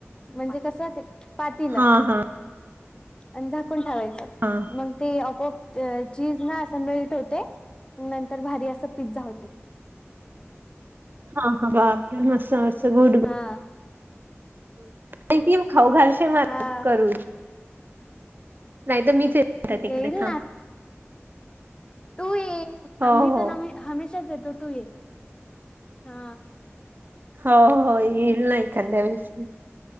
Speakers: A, on the left; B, on the right.
A: म्हणजे कस ते पातीलं
B: हां, हां.
A: आणि झाकण ठेवायचं
B: हां.
A: मग ते आपोआप चीज ना असं मेल्ट होते नंतर भारी असं पिझ्झा होते.
B: हा हा हा असं गुड
A: हा
B: कि खाऊ घालशील मला
A: हा
B: करून नाहीतर मीच येते आता
A: ठीक
B: तिकडे
A: आहे येईल
B: थांब
A: ना तू ये
B: हो
A: आम्ही
B: हो
A: तर हमेशाच येतो तू ये हा
B: हो हो येईल ना एखांद्या वेळेस